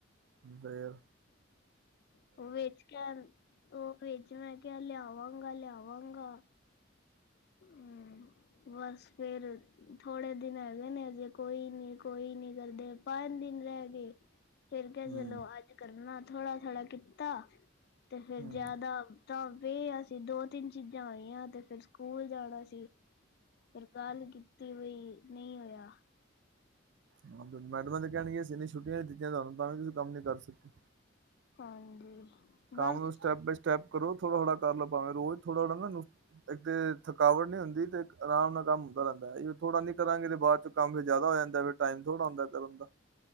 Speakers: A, on the right; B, on the left.
A: ਹਮ ਫੇਰ।
B: ਉਹ ਵੇਚ ਕੇ ਅਨ, ਉਹ ਵਿਚ ਮੈਂ ਕਿਹਾ ਲਿਆਵਾਂਗਾ ਲਿਆਵ ਵਾਂਗਾ ਹਮ ਬਸ ਫੇਰ ਥੋੜੇ ਦਿਨ ਹੈਗੇ ਨੇ, ਜੇ ਕੋਈ ਨੀ ਕੋਈ ਨੀ ਕਰਦੇ, ਪੰਜ ਦਿਨ ਰਹਿ ਗੇ। ਫੇਰ ਕਿਆ,
A: ਹੂੰ
B: ਚਲੋ ਅੱਜ ਕਰਨਾ ਥੋੜ੍ਹਾ ਥੋੜ੍ਹਾ ਕੀਤਾ ਤੇ ਫੇਰ
A: ਹੂੰ
B: ਜਿਆਦਾ, ਤਾਂ ਵੀ ਅੱਜ ਤੇ ਦੋ ਤਿੰਨ ਚੀਜ਼ਾਂ ਆਈਆਂ, ਤੇ ਫਿਰ ਸ ਸਕੂਲ ਜਾਣਾ ਸੀ। ਫਿਰ ਗੱਲ ਕੀਤੀ ਵਈ ਨਹੀਂ ਹੋਇਆ।
A: ਹਾਂ ਫੇ, ਮੈਡਮਾਂ ਤੇ ਕਹਿਣਗੀਆਂ, ਅਸੀ ਇੰਨੀ ਛੁੱਟੀਆਂ ਦਿੱਤੀਆਂ ਤੁਆਨੂੰ, ਤਾਂ ਵੀ ਤੁਸੀਂ ਕੰਮ ਨੀ ਕਰ ਸਕੇ।
B: ਹਾਂਜੀ।
A: ਕੰਮ
B: ਬਸ
A: ਨੂੰ ਸਟੈਪ ਬਾਈ ਸਟੈਪ ਕਰੋ ਤ ਥੋੜਾ ਥੋੜਾ ਕਰ ਲੋ ਭਾਂਵੇ, ਰੋਜ਼ ਥੋੜਾ ਥੋੜਾ ਨਾ, ਇੱਕ ਤੇ ਥਕਾਵਟ ਨੀ ਹੁੰਦੀ ਤੇ ਇਕ ਆਰਾਮ ਨਾਲ ਕੰਮ ਹੁੰਦਾ ਰਹਿੰਦਾ ਐ। ਐਈਓ ਥੋੜਾ ਨੀ ਕਰਾਂਗੇ ਤੇ ਬਾਅਦ ਚ ਕੰਮ ਫੇ ਜ਼ਿਆਦਾ ਹੋ ਜਾਂਦਾ ਐ, ਫੇ ਟਾਈਮ ਥੋੜ੍ਹਾ ਹੁੰਦਾ ਏ ਕਰਨ ਦਾ